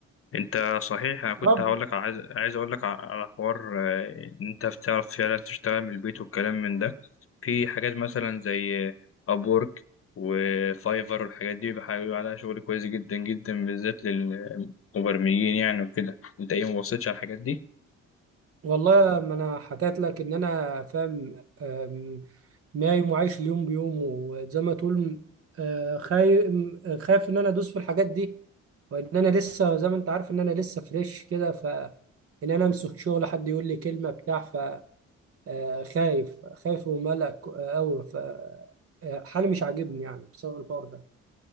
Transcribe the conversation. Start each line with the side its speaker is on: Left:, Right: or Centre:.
Left: انت صحيح انا كنت
Right: طب
Left: هقول لك عايز عايز اقول لك على حوار آه، ان انت بتعرف فعلا تشتغل من البيت والكلام من ده في حاجات مثلا زي ابورك وفايفر والحاجات دي بيبقى بيبقى عليها شغل كويس جدا جدا بالذات للمبرمجين يعني وكده انت ايه مبصيتش على الحاجات دي
Right: والله ما انا حكيت لك ان انا فاهم أم، نايم وعايش اليوم بيوم وزي ما تقول أه، خايف خايف ان انا ادوس في الحاجات دي وان انا لسه زي ما انت عارف ان انا لسه فريش كده ف ان انا امسك شغل حد يقول لي كلمه بتاع ف آه، خايف خايف وملك قوي ف آه، حالي مش عاجبني يعني بسبب الحوار ده